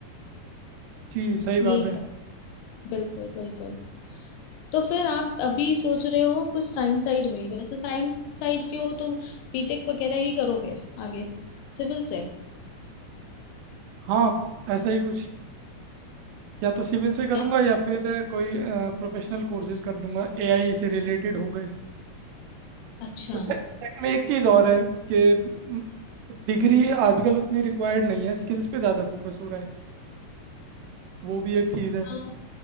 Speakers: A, on the right; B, on the left.
A: जी सही
B: यही
A: बात है
B: सब बिल्कुल बिल्कुल तो फिर आप अभी सोच रहे हो कुछ साइंस साइड में ही वैसे साइंस साइड के हो तो बीटेक वगैरह ही करोगे आगे सिविल से
A: हाँ ऐसा ही कुछ या तो सिविल से करूंगा
B: ए-
A: या फिर कोई प्रोफेशनल कोर्सेज कर लूंगा एआई से रिलेटेड हो गए
B: अच्छा
A: और टेक टेक में एक चीज़ और है कि डिग्री आजकल उतनी रिक्वायर्ड नहीं है स्किल्स पे ज़्यादा फोकस हो रहा है वो भी एक चीज़ है
B: हाँ,